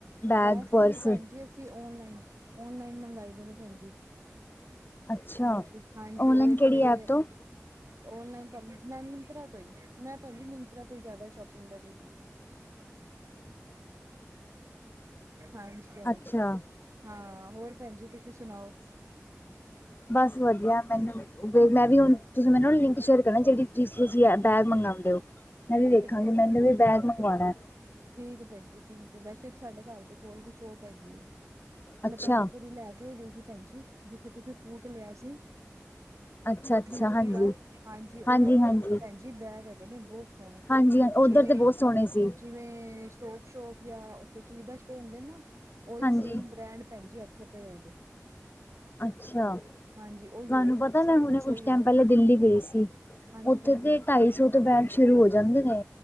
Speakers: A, on the left; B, on the right.
A: ਬੈਗ,
B: ਬੈਠ
A: ਪਰਸ
B: ਕੇ ਵੀ ਭੈਣ ਜੀ। ਅਸੀਂ ਓਨਲਾਈਨ, ਓਨਲਾਈਨ ਮੰਗਾਈ ਦੇ ਨੇ ਭੈਣ ਜੀ।
A: ਅੱਛਾ
B: ਹਾਂਜੀ, ਹਾਂਜੀ
A: ਔਨਲਾਈਨ
B: ਉਹ ਇੱਕ
A: ਕਿਹੜੀ
B: ਮੇਰੇ
A: ਐਪ ਤੋਂ?
B: ਆਨਲਾਈਨ ਭਾਬੀ, ਮੈਂ ਮਯੰਤਰਾ ਤੋਂ ਹੀ, ਮੈਂ ਭੈਣਜੀ ਮਯੰਤਰਾ ਤੋਂ ਹੀ ਜਿਆਦਾ ਸੋਪਿੰਗ ਕਰ <unintelligible> ਹਾਂਜੀ, ਹਾਂਜੀ,
A: ਅੱਛਾ
B: ਹਾਂ ਹੋਰ ਭੈਣ ਜੀ ਤੁਸੀਂ ਸੁਣਾਓ।
A: ਬਸ ਵਧੀਆ, ਮੈਨੂੰ ਮੈਂ ਵੀ ਹੁਣ, ਤੁਸੀਂ ਮੈਨ ਲਿੰਕ ਸ਼ੇਅਰ ਕਰਨਾ ਜਿਹੜੀ ਜਿਸ ਤੁਸੀਂ ਬੈਗ ਮੰਗਾਨਦੇ ਹੋ, ਮੈਂ
B: ਠੀਕ
A: ਵੀ ਵੇਖਾਂਗੀ,
B: ਹੈ ਭੈਣ
A: ਮੈਨੂੰ
B: ਜੀ
A: ਵੀ ਬੈਗ ਮੰਗਵਾਨਾ
B: ਠੀਕ ਹੈ
A: ਏ।
B: ਠੀਕ ਹੈ ਭੈਣ ਜੀ, ਠੀਕ ਹੈ, ਵੈਸੇ ਇੱਕ ਸਾਡੇ ਘਰ ਦੇ ਕੋਲ ਵੀ ਸੋ਼ਪ ਹੈਗੀ ਹੈ। ਮੈਂ
A: ਅੱਛਾ
B: ਤੁਹਾਨੂੰ ਇਕ ਵਾਰੀ ਲੈ ਕੇ ਵੀ ਗਈ ਸੀ, ਭੈਣ ਜੀ ਜਿੱਥੇ ਤੁਸੀਂ ਸੂਟ ਲਿਆ ਸੀ।
A: ਅੱਛਾ-ਅੱਛਾ,
B: ਆਪਣੀ ਮੰਮੀ
A: ਹਾਂਜੀ।
B: ਦਾ, ਹਾਂਜੀ, ਉਹਨਾਂ
A: ਹਾਂਜੀ-ਹਾਂਜੀ,
B: ਕੋਲ ਵੀ ਭੈਣਜੀ ਬੈਗ ਹੈਗੇ ਨੇ, ਬਹੁਤ
A: ਹਾਂਜੀ ਹਾਂਜੀ ਉੱਧਰ
B: ਜਿਵੇਂ-ਜਿਵੇ।
A: ਤੇ ਬਹੁਤ ਸੋਹਣੇ ਸੀ,
B: ਜਿਵੇ ਸਟੋਪ ਸ਼ੋਪ, ਜਾਂ ਉੱਥੇ ਸੁਵਿਧਾ ਹੁੰਦੇ ਨਾ, ਉਹੀ
A: ਹਾਂਜੀ।
B: ਸੇਮ ਬ੍ਰੈਂਡ ਭੈਣਜੀ ਐਥੇ ਐਥੇ ਪਏ ਹੋਏ ਦੇ।
A: ਅੱਛਾ,
B: ਹਾਂਜੀ ਉਹੀਓ
A: ਤੁਆਨੂੰ ਪਤਾ
B: ਸਭ
A: ਮੈਂ ਹੁਣੇ ਕੁਛ
B: ਉਹੀਓ
A: ਟੈਮ ਪਹਿਲੇ ਮੈਂ ਦਿੱਲੀ ਗਈ ਸੀ।
B: ਹਾਂਜੀ
A: ਉੱਥੇ
B: ਭੈਣ ਜੀ
A: ਤੇ ਢਾਈ ਸੌ ਤੋਂ ਬੈਗ ਸ਼ੁਰੂ ਹੋ ਜਾਂਦੇ ਨੇ